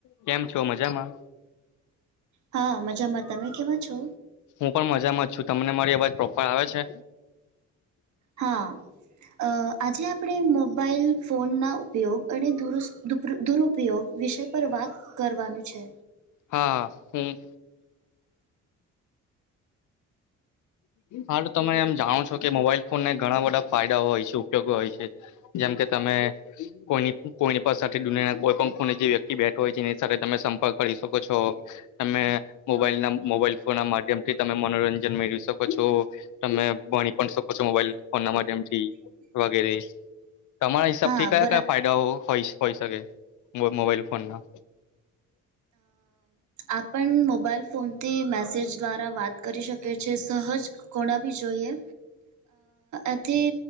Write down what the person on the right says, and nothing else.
હા મજામાં તમે કેવા છો.
હા આજે આપણે મોબાઈલ ફોન ના ઉપયોગ અને દુરસ્ત. દુરુપયોગ વિષય પર વાત કરવાનું છે.
હા
બરા
આપણ મોબાઈલ ફોનથી મેસેજ દ્વારા વાત કરી શકીએ છીએ સહજ. કોણા બી જોઈએ એથી.